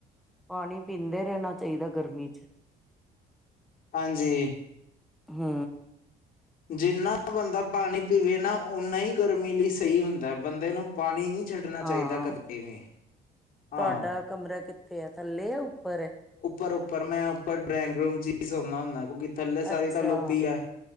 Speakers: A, in the centre; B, on the left.
A: ਪਾਣੀ ਪੀਂਦੇ ਰਹਿਣਾ ਚਾਹੀਦਾ ਗਰਮੀ ਚ,
B: ਹਾਂਜੀ,
A: ਹੂੰ,
B: ਜਿੰਨਾ ਬੰਦਾ ਪਾਣੀ ਪੀਵੇ ਨਾ ਓਨਾ ਹੀ ਗਰਮੀ ਲਈ ਸਈ ਹੁੰਦਾ ਬੰਦੇ ਨੂੰ ਪਾਣੀ ਨੀ ਛੱਡਣਾ ਚਾਹੀਦਾ
A: ਹਾਂ
B: ਕਦੇ ਵੀ ਹਾਂ।
A: ਤੁਹਾਡਾ ਕਮਰਾ ਕਿੱਥੇ ਆ ਥੱਲੇ ਆ ਜਾ ਉੱਪਰ ਐ।
B: ਉੱਪਰ ਉੱਪਰ ਮੈਂ ਉੱਪਰ ਡਰਾਇੰਗ ਰੂਮ ਚ ਈ ਸੌਦਾ ਹੁੰਦਾ ਕਿਉਂਕਿ ਥੱਲੇ
A: ਅੱਛਾ
B: ਸਾਰੀ ਤਾਂ ਲੋਭੀ ਐ।